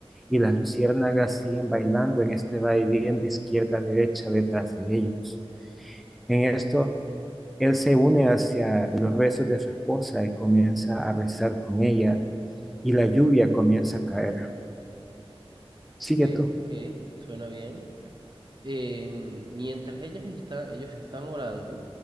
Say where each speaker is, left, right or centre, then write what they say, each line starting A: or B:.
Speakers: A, in the centre; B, on the right (about 45°).
A: Y las luciérnagas siguen bailando en este vaivén de izquierda a derecha detrás de ellos. En esto, él se une hacia los rezos de su esposa y comienza a rezar con ella y la lluvia comienza a caer. Sigue
B: Ok,
A: tú.
B: ok, suena bien. Em, mientras ellas están, ellos están orando,